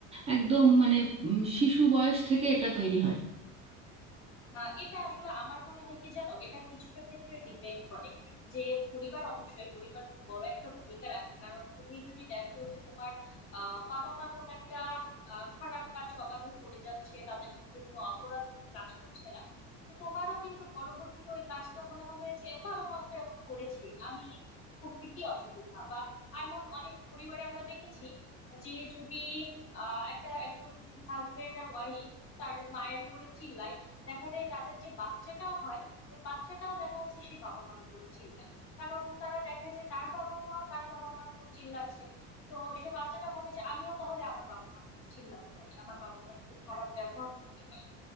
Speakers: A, on the right; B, on the left.
A: একদম মানে উম, শিশু বয়স থেকে এটা তৈরি হয়
B: আহ, এটা আসলে আমার মনে হয় কি জানো এটা কিছুটা ক্ষেত্রে ডিপেন্ড করে যে পরিবার অবশ্যই পরিবার খুব বড় একটা ভূমিকা রাখে কারণ তুমি যদি দেখো যে তোমার আহ, বাবা মা কোনো একটা আহ, খারাপ কাজ অবাধে করে যাচ্ছে তাদের মধ্যে কোনো অপরাধ বোধ কাজ করছে না তো তোমারও কিন্তু পরবর্তীতে ওই কাজটা মনে হবে যে বাবা মা তো এমন করেছে আমি করতে কি অসুবিধা বা এমন অনেক পরিবারে আমরা দেখেছি যে যদি আহ, একটা একজন হাজবেন্ড আর ওয়াইফ তার মায়ের উপরে চিল্লায় দেখা যায় তাদের যে বাচ্চাটা হয় ওই বাচ্চাটাও দেখা যাচ্ছে সেই বাবা মার উপরে চিল্লায় কারণ তারা দেখে যে তার বাবা মা তার বাবা মার উপর চিল্লাচ্ছে তো সে বাচ্চাটা ভাবে যে আমিও তাহলে আমার বাবা মার উপর চিল্লাতে পারি আমার বাবা মার সাথে খারাপ ব্যবহার করতে পারি